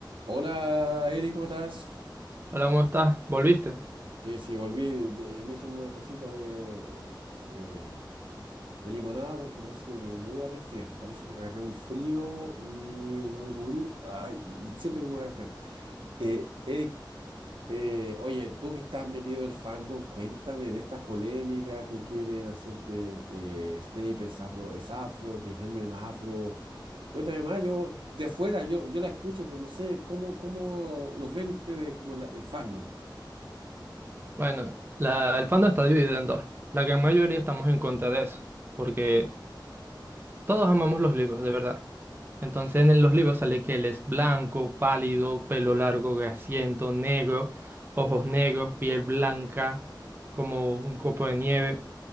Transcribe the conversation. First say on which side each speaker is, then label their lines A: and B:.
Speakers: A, on the right (about 85°); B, on the right (about 25°).
A: Hola, Eri, ¿cómo estás?
B: Hola, ¿cómo estás? ¿Volviste?
A: Sí, sí, volví, de- me hice una tacita de, de- de limonada porque parece que me voy a resfriar. Parece que agarré un frío y no me cubrí. Ay, y siento que me voy a resfriar. Eh, Eric, eh, oye, tú que estás metido en el fandom, cuéntame de estas polémicas que quieren hacer que eh, Snape es afro, es afro, que Hermione es afro. Cuéntame más, yo de afuera, yo, yo la escucho, pero no sé cómo, cómo lo ven ustedes como la- el fandom.
B: Bueno, la- el fandom está dividido en dos. La gran mayoría estamos en contra
A: Mm.
B: de eso, porque todos amamos los libros, de verdad. Entonces en los libros sale que él es blanco, pálido, pelo largo, grasiento, negro, ojos negros, piel blanca, como un copo de nieve.